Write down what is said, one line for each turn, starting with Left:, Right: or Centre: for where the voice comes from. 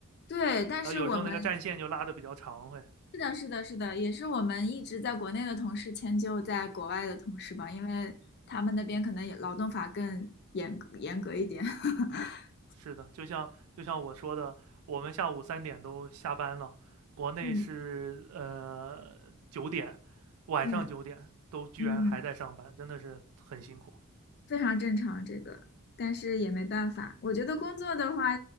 Left: 对，但是我们
Right: 然后有时候那个战线就拉的比较长会。
Left: 是的，是的，是的，也是我们一直在国内的同事迁就在国外的同事吧，因为他们那边可能也劳动法更严格严格一点。<laughs>
Right: 是的，就像就像我说的，我们下午三点都下班了，国内是呃九点，
Left: 嗯
Right: 晚上九点都居然还在上班，
Left: 嗯嗯。
Right: 真的是很辛苦。
Left: 非常正常这个，但是也没办法。我觉得工作的话，